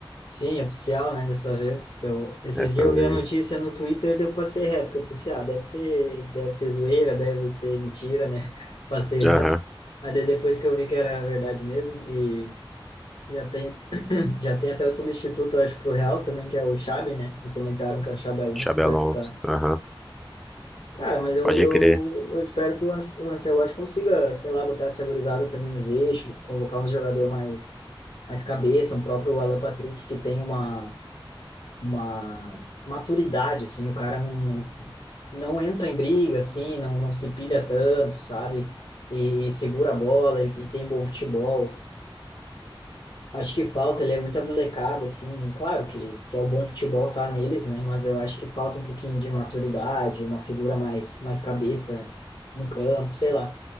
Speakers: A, on the left; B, in the centre.
A: Sim, oficial, né? Dessa vez. Que eu... Esses
B: É, também.
A: dias eu vi a notícia no Twitter, daí eu passei reto, que eu pensei, ah, deve ser, deve ser zoeira, deve ser mentira, né? <laughs> Passei reto.
B: Aham.
A: Mas daí depois que eu vi que era verdade mesmo, e já tem, <clears throat> já tem até o substituto, eu acho, pro Real também, que é o Xabi, né? Me comentaram que é o Xabi Alonso
B: Xabi
A: que vai
B: Alonso.
A: ficar.
B: Aham.
A: Cara, mas eu,
B: Pode
A: eu,
B: crer.
A: eu espero que o An- o Ancelotti consiga, sei lá, botar essa gurizada também nos eixos, convocar um jogador mais, mais cabeça, um próprio Alan Patrick que tem uma, uma maturidade, assim, o cara não, não, não entra em briga, assim, não, não se pilha tanto, sabe? E, e segura a bola e, e tem bom futebol. Acho que falta, ele é muita molecada, assim, claro que, que é o bom futebol tá neles, né? Mas eu acho que falta um pouquinho de maturidade, uma figura mais, mais cabeça no campo, sei lá.